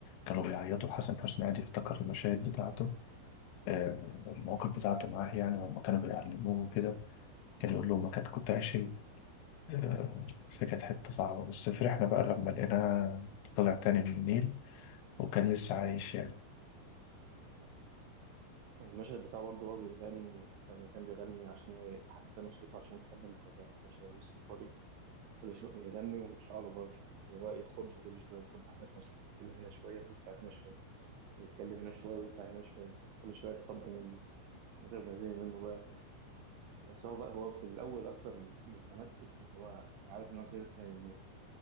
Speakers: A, on the left; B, on the right.
A: كانوا بيعيطوا حسن حسني قاعد يفتكر المشاهد بتاعته آه، المواقف بتاعته معاه يعني لما كانوا بيعلموه كده كان يقول لهم ما كنت كنت عايش آه، فكانت حتة صعبة بس فرحنا بقى لما لقيناه طلع تاني من النيل وكان لسه عايش يعني
B: المشهد بتاعه برضه هو بيغني لما كان بيغني عشان يحسنوا صوته عشان يتكلم شبه شبه يوسف قري كل شوية يغني ويطلع له بره يبقى يخض كل شوية يخض حسن حسني يتكلم هنا شوية ويطلع هنا شوية يتكلم هنا شوية ويطلع هنا شوية كل شوية يتقدم وتبقى زي منه بقى بس هو بقى هو في الأول أصلا متمسك إن هو عارف إن هو كده كده هيموت